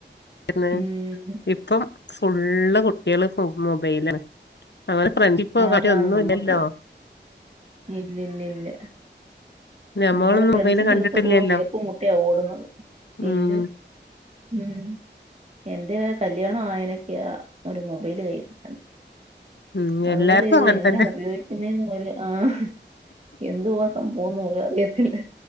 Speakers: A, on the left; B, on the right.
A: ന്ന്.
B: ഉം
A: ഇപ്പം ഫുള്ള് കുട്ടികള് ഇപ്പം മൊബൈലാ അങ്ങനെ ഫ്രണ്ടിപ്പോ
B: ആന്നാ
A: കാര്യം ഒന്നുമില്ലല്ലോ
B: നമുക്ക് ഇല്ല ഇല്ല ഇല്ല
A: ഞമ്മളൊന്നും
B: നമ്മള് ഫ്രണ്ട്സിന്റെ
A: മൊബൈല് കണ്ടിട്ടില്ലല്ലോ
B: അടുത്തോട്ട് പോകൻ വീർപ്പു മുട്ടിയാ ഓടുന്നത്
A: ഉം
B: ഇല്ല് ഉം എന്റെക്കെ കല്യാണം ആയനൊക്ക്യാ ഒരു മൊബൈല് കയ്യികി
A: ഉം
B: അതുവരെ
A: എല്ലാർക്കും
B: ഇത്
A: അങ്ങനെ
B: എങ്ങനാ
A: തന്നെ
B: ഉപയോഗിക്കുന്നേ പോലെ ആഹ് എന്തുവാ സംഭവെന്നും പോലും അറിയത്തില്ല